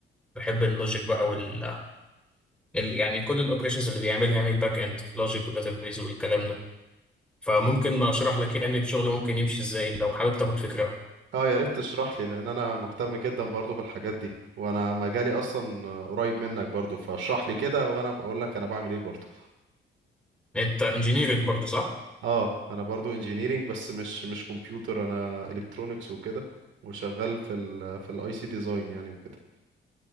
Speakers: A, in the centre; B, on the right.
A: بحب اللوجيك بقى وال ال- يعني كل الاوبريشنز اللي بيعملها يعني الباك اند لوجيك وداتابيز والكلام ده فممكن اشرح لك يعني الشغل ممكن يمشي ازاي لو حابب تاخد فكرة
B: اه يا ريت تشرح لي لان انا مهتم جدا برضو بالحاجات دي وانا مجالي اصلا قريب منك برضو فاشرح لي كده وانا بقول لك انا بعمل ايه برضو
A: انت انجينيرك برضه صح؟
B: اه انا برضو انجينيرينج بس مش مش كمبيوتر انا الكترونكس وكده وشغال في ال في الاي سي ديزاين يعني وكده